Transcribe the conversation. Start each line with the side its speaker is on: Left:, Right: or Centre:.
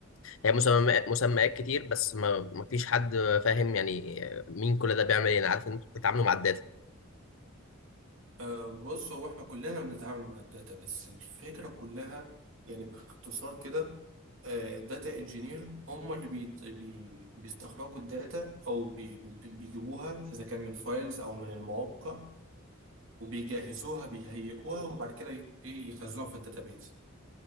Left: هي مسمى- مسميات كتير بس ما ما فيش حد فاهم يعني مين كل ده بيعمل ايه انا عارف ان انتوا بتتعاملوا مع الداتا
Right: أه بص هو احنا كلنا بنتعامل مع الداتا بس الفكرة كلها يعني باختصار كده آه، الداتا انجينير هم اللي بي بي بيستخرجوا الداتا او بي بي- بيجيبوها اذا كان من فايلز او من المواقع وبيجهزوها بيهيئوها وبعد كده ي- ايه يخزنوها في الداتابيز